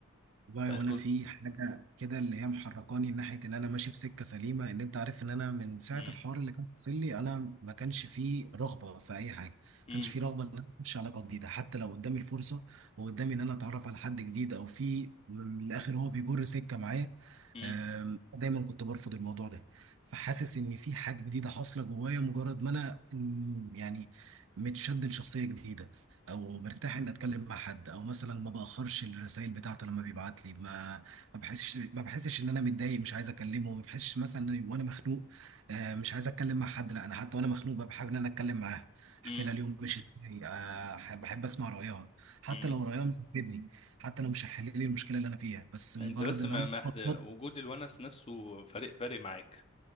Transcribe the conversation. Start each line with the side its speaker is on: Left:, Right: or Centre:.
Right: والله
Left: فهتكون
Right: وانا في حاجه كده اللي هي محركاني ناحيه ان انا ماشي في سكه سليمه ان انت عارف ان انا من ساعه
Left: مم،
Right: الحوار اللي كان حاصل لي انا ما كانش فيه رغبه في اي حاجه ما
Left: مم،
Right: كانش فيه رغبه ان انا اخش علاقه جديده حتى لو قدامي الفرصه وقدامي ان انا اتعرف على حد جديد او في من الاخر هو بيجر سكه معايا
Left: مم،
Right: أم، دايما كنت برفض الموضوع ده فحاسس ان في حاجه جديده حاصله جوايا مجرد ما انا أم، يعني متشد لشخصيه جديده او مرتاح اني اتكلم مع حد او مثلا ما باخرش الرسائل بتاعته لما بيبعت لي ما ما بحسش ما بحسش ان انا متضايق مش عايز اكلمه ما بحسش مثلا إني وانا مخنوق آه مش عايز اتكلم مع حد لا انا حتى وانا مخنوق ببقى حابب ان انا اتكلم معاه
Left: مم،
Right: احكي لها اليوم مش ازاي آه ح- بحب اسمع رايها حتى
Left: مم.
Right: لو رايها مش هتفيدني حتى لو مش هتحل لي المشكله اللي انا فيها بس مجرد
Left: انت بس
Right: ان
Left: ما
Right: انا
Left: ما
Right: افضفض
Left: وجود الونس نفسه فارق فارق معاك